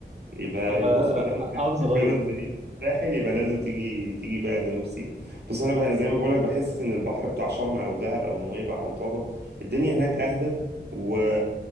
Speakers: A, on the right (about 65°); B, on the right (about 40°).
A: يبقى
B: <laughs> فعاوز
A: بص ما دام قعدت
B: اغير
A: خمس سنين في الساحل يبقى لازم تيجي تيجي بقى جنوب سيناء بص انا بقى زي ما بقولك بحس ان البحر بتاع شرم او دهب او نويبع او طابة الدنيا هناك اهدى و...